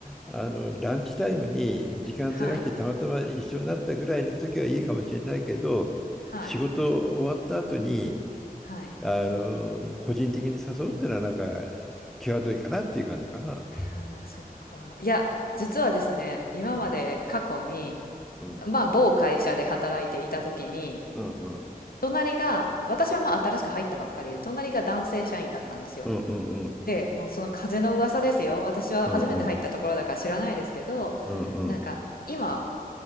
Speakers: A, in the centre; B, on the left.
A: あの、ランチタイムに時間ずらしてたまたま一緒になったぐらいの時はいいかもしれないけど、
B: はい。はい。
A: 仕事終わった後に、
B: はい。
A: あの、個人的に誘うってのはなんか、際どいかなっていう感じかな。
B: ああ、そっか。いや、実はですね、今まで過去に、
A: うんうん
B: まあ、某会社で働いていた時に、
A: うんうん
B: 隣が、私はまあ新しく入ったばっかりで、隣が男性社員だったんですよ。
A: うんうんうん
B: で、もうその風の噂ですよ。私は初めて入ったところだから知らないですけど、
A: うんうんうんうん
B: なんか、今、